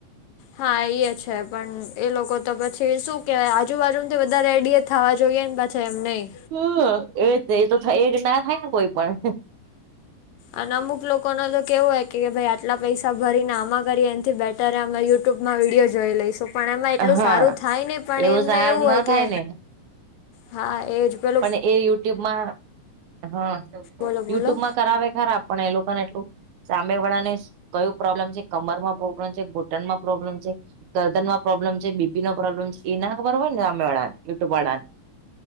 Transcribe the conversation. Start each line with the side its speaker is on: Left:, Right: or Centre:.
Left: હા, એ છે. પણ એ લોકો તો પછી શું કેવાય, આજુબાજુમાં તો વધારે રડે. થવા જોઈએ ને પાછા, એમ નહીં.
Right: હમ, એ એ તો એ ના થાય ને કોઈ પણ.
Left: અને અમુક લોકો નો તો કેવો હોય કે, ભાઈ, આટલા પૈસા ભરીને આમાં કરી થી બેટરે, આમે યુટ્યુબમાં વિડીયો જોઈ લઈશું. પણ એમાં એટલું
Right: હા
Left: સારું થાય નહીં, પણ એમને
Right: સાર
Left: એવું
Right: ના
Left: હોય.
Right: થાય
Left: કે
Right: ને.
Left: હા, એજ પણ.
Right: પણ એ યુટ્યુબમાં <unintelligible> હા,
Left: બોલો બોલો
Right: યુટ્યુબમાં. કરાવે ખરા, પણ એ લોકો ને એટલું સામે વાળા ને કયું પ્રોબ્લેમ છે કમર માં બ? તેમ છે, ઘૂંટણમાં પ્રોબ્લેમ છે. ગરદનમાં પ્રોબ્લેમ છે, બીપી નો પ્રોબ્લેમ છે. એને ખબર હોય ને, અમે યુટ્યુબ વાળાને